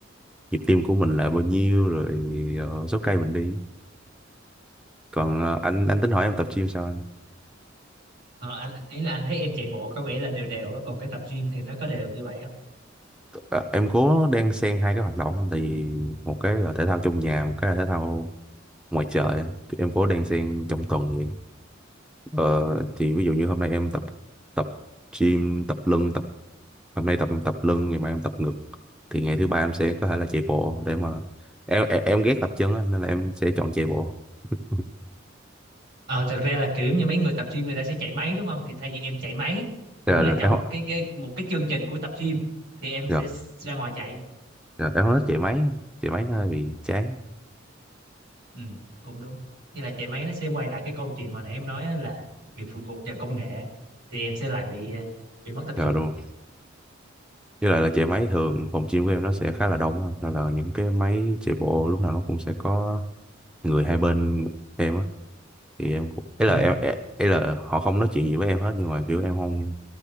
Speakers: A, in the centre; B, on the right.
A: nhịp tim của mình là bao nhiêu rồi ờ, số cây mình đi còn ờ, anh anh tính hỏi em tập gym sao anh
B: ờ, anh ý là anh thấy em chạy bộ có vẻ là đều đều á còn cái tập gym thì nó có đều như vậy
A: Ờ, em cố đang xen hai cái hoạt động á, thì một cái là thể thao trong nhà một cái là thể thao ngoài trời á. Thì em cố đang xen trong tuần vậy ờ, thì ví dụ như hôm nay em tập tập gym tập lưng tập hôm nay tập tập lưng ngày mai em tập ngực thì ngày thứ ba em sẽ có thể là chạy bộ để mà em em, em ghét tập chân á, nên là em sẽ chọn chạy bộ <laughs>
B: Ờ, thật ra là kiểu giống như mấy người tập gym người ta sẽ chạy máy đúng không? Thì thay vì em chạy máy cũng
A: rồi,
B: là
A: rồi
B: trong
A: em không-
B: một cái, cái một cái chương trình của tập gym thì em
A: rồi,
B: sẽ ra ngoài chạy.
A: rồi em không thích chạy máy chạy máy nó hơi bị chán
B: Ừ, cũng đúng. Như là chạy máy nó sẽ quay lại cái câu chuyện mà nãy em nói á là bị phụ thuộc vào công nghệ thì em sẽ lại bị ờ, bị mất tập
A: rồi
B: trung.
A: đúng rồi với lại là chạy máy thường phòng gym của em nó sẽ khá là đông á. nên là những cái máy chạy bộ lúc nào nó cũng sẽ có người hai bên em á thì em cũng ấy
B: Ừ.
A: là em ấy ấy là họ không nói chuyện gì với em hết nhưng mà kiểu em không